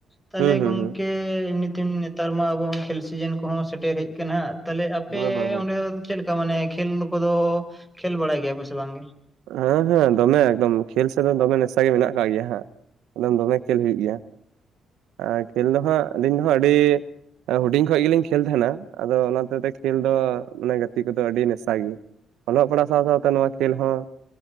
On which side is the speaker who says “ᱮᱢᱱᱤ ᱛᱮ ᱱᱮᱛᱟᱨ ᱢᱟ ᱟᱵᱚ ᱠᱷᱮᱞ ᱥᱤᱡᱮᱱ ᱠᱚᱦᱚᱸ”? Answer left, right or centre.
Centre